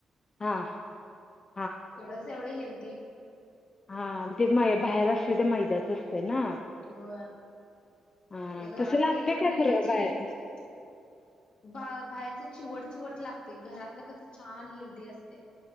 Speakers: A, on the left; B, on the left.
A: हां -
B: थोडंस एवढं हेल्दी -
A: हा ते मै बाहेर असते ते मैद्यात असते ना.
B: हो
A: हा
B: ते घरात
A: तसं लागते
B: केलं कणी
A: काय खरं
B: लई <unintelligible>
A: बाहेर
B: बा बाहेरच चिवट -चिवट लागते घरातलं कसं छान हेल्दी असते.